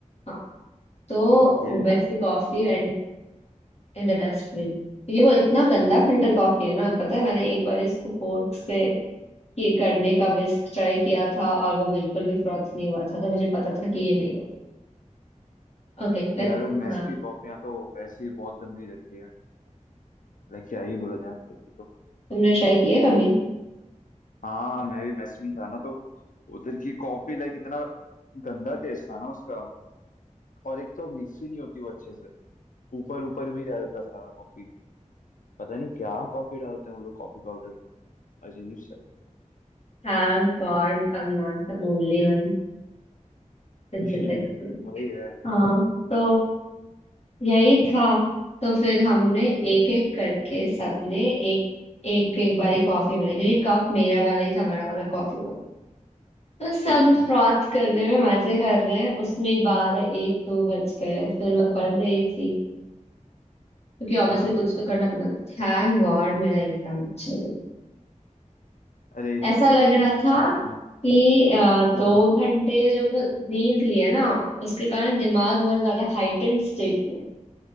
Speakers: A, on the left; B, on the left.
A: हाँ तो
B: ओके
A: वैसी coffee went in the dustbin ये वो इतना गंदा फिल्टर कॉफी है ना पता है मैंने एक बार इसको फोर्क से ये करने का विस्क ट्राई किया था और वो बिल्कुल भी फ्रॉथ नहीं हुआ था तो मुझे पता था कि ये नहीं हो Okay let's
B: यार मेस
A: हाँ
B: की कॉफियाँ तो ऐसी बहुत गंदी रहती है लाइक क्या ही बोला जाए मतलब कि तो
A: तुमने ट्राई किया कभी
B: हाँ मैं भी mess में ही था ना तो उधर की कॉफी लाइक इतना गंदा टेस्ट था ना उसका और एक तो मिक्स ही नहीं होती वो अच्छे से ऊपर ऊपर में ही रह जाता सारा कॉफी पता नहीं क्या कॉफी डालते हैं वो लोग कॉफी पाउडर अजीब सा
A: Thank God I am not the only one with
B: ही।
A: this experience
B: <laughs> वही है
A: हाँ तो यही था तो फिर हमने एक एक करके सबने एक एक एक बारी कॉफी बनाई क्योंकि कप मेरा वाला ही था बड़ा वाला कॉफी मग तो सब
B: ओके
A: फ्रॉथ करने में मजे कर रहे हैं उसमें ही बारह एक दो बज गए फिर मैं पढ़ रही थी क्योंकि ऑब्वियसली
B: हाँ
A: कुछ तो करना पड़ा थैंक गॉड मेरा एग्जाम अच्छा गया
B: अरे
A: ऐसा
B: चलो
A: लग
B: एटलीस्ट
A: रहा
B: अच्छा
A: था
B: आ गया ना
A: कि अ,
B: हाँ
A: दो
B: हाँ।
A: घंटे जो क- नींद लिया ना उसके कारण दिमाग बहुत ज्यादा हाइटेंड स्टेट में